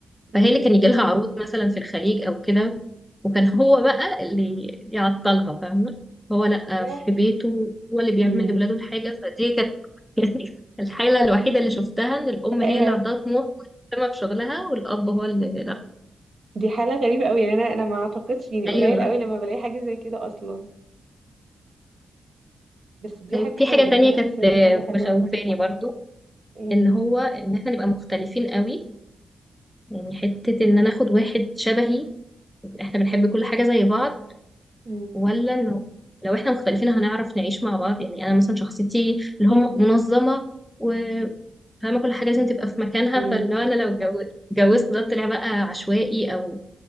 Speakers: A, on the right (about 50°); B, in the centre.
A: امم
B: فهي اللي كان يجي لها عروض مثلا في الخليج او كده وكان هو بقى اللي يعطلها فاهمة هو لأ
A: ياه
B: في بيته هو اللي بيعمل
A: امم
B: لولاده الحاجة فدي كانت <laughs> يعني الحالة الوحيدة اللي شفتها ان الأم
A: ايوه
B: هي اللي عندها طموح ومهتمة بشغلها والأب هو اللي لأ
A: دي حالة غريبة قوي يعني انا انا ما اعتقدش يعني
B: أيوه
A: قليل قوي لما بلاقي حاجة زي كده اصلا بس دي
B: طيب
A: حاجة
B: في
A: حلوة
B: حاجة
A: يعني
B: تانية
A: انا بحس
B: كانت
A: ان
B: آه،
A: دي حاجة حلوة
B: مخوفاني
A: قوي
B: برضو
A: ايه
B: ان هو ان احنا نبقى مختلفين قوي يعني حتة ان انا اخد واحد شبهي احنا بنحب كل حاجة زي بعض
A: امم
B: ولا انه لو احنا مختلفين هنعرف نعيش مع بعض يعني انا مثلا شخصيتي اللي هو منظمه وفاهمه كل حاجه لازم تبقى في مكانها
A: امم
B: فاللي هو انا لو اتجو- اتجوزت ده طلع بقى عشوائي او